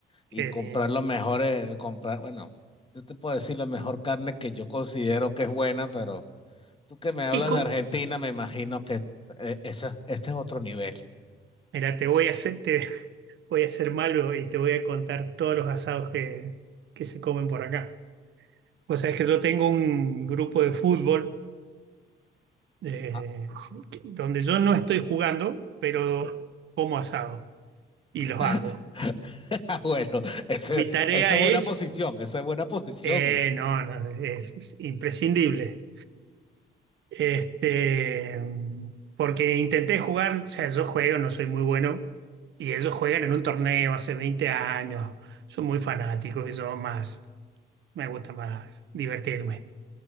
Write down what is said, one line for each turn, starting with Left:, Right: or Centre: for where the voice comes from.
Left: y
Right: Que
Left: comprar
Right: le-
Left: los mejores, comprar, bueno, yo te puedo decir la mejor carne que yo considero que es buena, pero tú que me hablas
Right: ¿Y cómo?
Left: de Argentina, me imagino que eh, esa, este es otro nivel.
Right: Mira, te voy a hacer, te <laughs> voy a ser malo y te voy a contar todos los asados que, que se comen por acá. Vos sabés que yo tengo un grupo de fútbol eh,
Left: Ah,
Right: donde yo no estoy jugando, pero como asado y los
Left: <laughs>
Right: hago.
Left: <laughs> Ah, bueno, ese-
Right: Mi tarea
Left: esa es buena
Right: es.
Left: posición, esa es buena posición.
Right: Eh, no, no, es, es imprescindible. Este, porque intenté jugar, o sea, yo juego, no soy muy bueno, y ellos juegan en un torneo hace 20 años, son muy fanáticos y yo más, me gusta más divertirme.